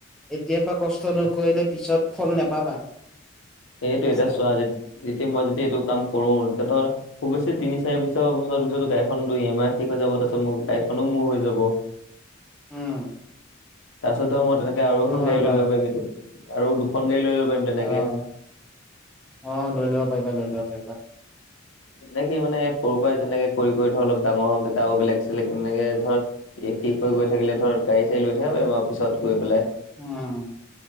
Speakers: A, in the centre; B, on the left.
A: এতিয়া পৰা কষ্ট নকৰিলে পিছত ফল নেপাবা।
B: এইটো
A: বুজিছা,
B: এতিয়া চোৱা যেতিয়া মই এইটো কাম কৰো তেতিয়া ধৰ খুব বেছি তিনি চাৰিছৰ বছৰত পিছত গাড়ীখন ই এম আই ঠিক হৈ যাব তাৰপাছত মোৰ বাইকখন মোৰ হৈ যাব।
A: উম।
B: তাৰপিছত ধৰা মই তেনেকে
A: সেইটো
B: আৰু এখন
A: হয়
B: গাড়ী
A: বাৰু
B: লৈ ল'ব
A: এটা,
B: পাৰিম এইটো আৰু দুখন গাড় লৈ লব পাৰিম তেনেকে।
A: অ', অ' লৈ লব পাৰিবা লৈ লব পাৰিবা।
B: এনেকে মানে সৰুৰ পৰাই তেনেকে কৰি কৰি অলপ ডাঙৰ হ'ব দেতাও বেলেগ চছিলেগ তেনেকে ধৰ এই শেষ হৈ গৈ থাকিলে ধৰ গাড়ী চড়ী লৈ থাকিব পাৰিম আৰু পিছত গৈ পেলাই
A: উম,